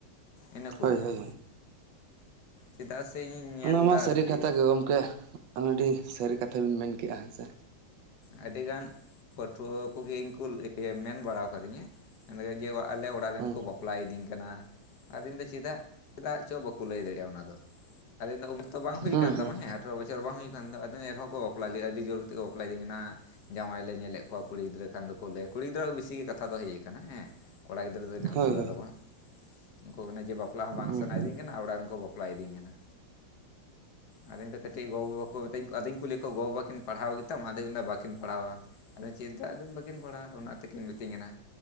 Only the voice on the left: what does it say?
ᱤᱱᱟᱹ ᱠᱚ
ᱞᱟᱹᱭᱟ
ᱪᱮᱫᱟᱜ ᱥᱮ ᱤᱧ,
ᱧᱮᱞ
ᱮᱫᱟ
ᱟᱨᱠᱤ
ᱟᱹᱰᱤ ᱜᱟᱱ ᱯᱟᱹᱴᱷᱩᱣᱟᱹ ᱠᱚᱜᱮ ᱤᱧ ᱠᱚ ᱢᱮᱱ ᱵᱟᱲᱟ ᱟᱠᱟᱫᱤᱧᱟ ᱢᱮᱱ ᱡᱮ ᱟᱞᱮ ᱚᱲᱟᱜ, ᱚᱲᱟᱜ ᱨᱮᱱ
ᱠᱚ ᱵᱟᱯᱞᱟᱭᱤᱫᱤᱧ ᱠᱟᱱᱟ ᱟᱫᱚᱧ ᱫᱟ ᱪᱮᱫᱟᱜ ᱪᱮᱫᱟᱜ ᱪᱚ ᱵᱟᱠᱚ ᱞᱟᱹᱭ ᱫᱟᱲᱮᱭᱟᱜᱼᱟ ᱚᱱᱟ ᱫᱚ᱾ ᱟᱫᱤᱱ ᱫᱚ ᱩᱢᱮᱨ ᱫᱚ ᱵᱟᱝ ᱦᱩᱭ
ᱠᱟᱱ
ᱛᱟᱢᱟ ᱦᱮ ᱟᱴᱷᱨᱚ ᱵᱚᱪᱷᱚᱨ ᱦᱩᱭ ᱠᱟᱱ ᱛᱟᱢ ᱟᱫᱚ ᱮᱱᱨᱮ ᱦᱚᱸ ᱠᱚ ᱵᱟᱯᱞᱟ ᱞᱮᱫᱼᱟ ᱟᱹᱰᱤ ᱡᱳᱨ ᱛᱮᱜᱮᱠᱚ ᱵᱟᱯᱞᱟ ᱫᱤᱧ᱾ ᱮᱱᱟ ᱡᱟᱶᱟᱭ ᱞᱮ ᱧᱮᱞᱮᱫ ᱠᱚᱣᱟ ᱠᱩᱲᱤ ᱜᱤᱫᱽᱨᱟᱹ ᱠᱷᱟᱱ ᱫᱚᱠᱚ ᱞᱟᱹᱭᱟ ᱠᱩᱲᱤ ᱜᱤᱫᱽᱨᱟᱹᱣᱟᱜ ᱵᱤᱥᱤ ᱜᱮ ᱠᱟᱛᱷᱟ ᱫᱚ ᱦᱮᱡᱹᱜ ᱟᱠᱟᱱᱟ ᱦᱮᱸ᱾ ᱠᱚᱲᱟ ᱜᱤᱫᱽᱨᱟᱹ ᱫᱚ ᱤᱱᱟᱹᱜ ᱩᱥᱟᱹᱨᱟ
ᱫᱚ ᱵᱟᱝ᱾ ᱩᱱᱠᱩ ᱚᱱᱮ ᱡᱮ ᱵᱟᱯᱞᱟ ᱦᱚᱸ ᱵᱟᱝ
ᱥᱟᱱᱟᱭᱤᱫᱤᱧ ᱠᱟᱱᱟ ᱚᱲᱟᱜ ᱨᱮᱱ ᱠᱚ ᱵᱟᱯᱞᱟᱭ ᱫᱤᱧ ᱠᱟᱱᱟ᱾ ᱟᱫᱚᱧ ᱫᱚ ᱠᱟᱹᱴᱤᱜ ᱜᱚᱼᱵᱟᱵᱟ ᱠᱚ ᱢᱮᱛᱟᱧ ᱠᱚ ᱟᱫᱚᱧ ᱠᱩᱞᱤ ᱠᱚᱣᱟ ᱜᱚᱼᱵᱟᱵᱟ ᱠᱤᱱ ᱯᱟᱲᱦᱟᱣ ᱜᱮᱛᱟᱢ ᱟᱫᱚ, ᱫᱚ ᱵᱟᱹᱠᱤᱱ ᱯᱟᱲᱦᱟᱣᱟ ᱟᱫᱚ ᱪᱮᱫᱟ ᱟᱫᱚ ᱵᱟᱹᱠᱤᱱ ᱯᱟᱲᱦᱟᱜ ᱚᱱᱟ ᱛᱮᱠᱤᱱ ᱢᱤᱛᱟᱹᱧ ᱠᱟᱱᱟ᱾